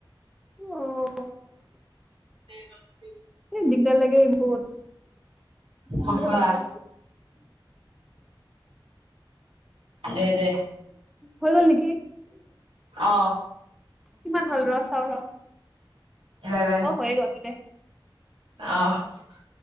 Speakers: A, in the centre; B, on the right.
A: অ
B: নেটৱৰ্ক
A: সেই দিগদাৰ লাগে বহুত,
B: সঁচা
A: বহুত অশান্তি।
B: দে দে
A: হৈ গ'ল নেকি?
B: অ
A: কিমান হ'ল ৰ চাও ৰ-
B: ইলেভেন
A: অ হৈয়ে গ'ল দে
B: অ <unintelligible>